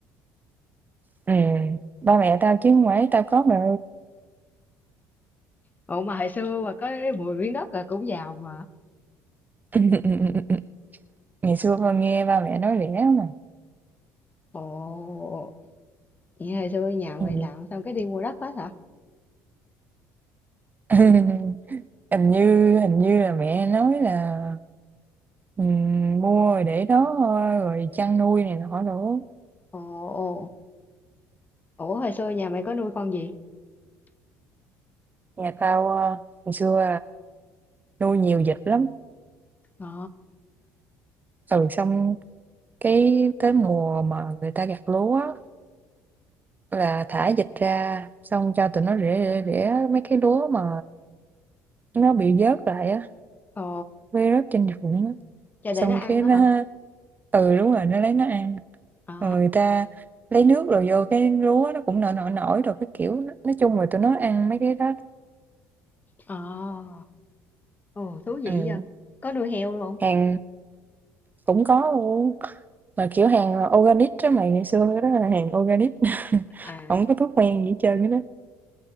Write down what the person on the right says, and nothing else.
ừ, ba mẹ tao chứ không phải tao có mà
<laughs> ngày xưa con nghe ba mẹ nói rẻ mà
ừ.
<laughs> hình như hình như là mẹ nói là ừ, mua rồi để đó thôi rồi chăn nuôi này nọ nữa
nhà tao ờ, ngày xưa Nuôi nhiều vịt lắm,
ừ, xong cái tới mùa mà người ta gặt lúa á, là thả vịt ra, xong cho tụi nó rễ rễ rễ mấy cái lúa mà nó bị vớt lại á,
vơi rớt trên ruộng á,
xong
cái
nó
ừ, đúng rồi, nó lấy nó ăn.
Rồi người ta lấy nước rồi vô cái lúa nó cũng nổi nổi nổi rồi cái kiểu, nó- nói chung là tụi nó ăn mấy cái đó.
Ừ,
hàng cũng có luôn, mà kiểu hàng organic đó mày, ngày xưa đó là hàng organic, <laughs>
không có thuốc men gì hết trơn á